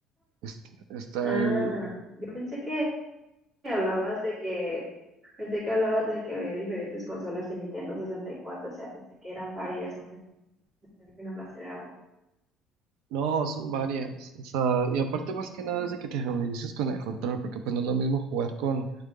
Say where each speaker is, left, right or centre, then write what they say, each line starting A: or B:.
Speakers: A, on the right; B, on the right.
A: es- está
B: Ah,
A: el...
B: yo pensé que hablabas de que pensé que hablabas de que había diferentes consolas en Nintendo 64, o sea, pensé que eran varias, no pensé que nomás era una.
A: No, son varias. O sea, y aparte más que nada es de que te familiarices con el control, porque pues no es lo mismo jugar con,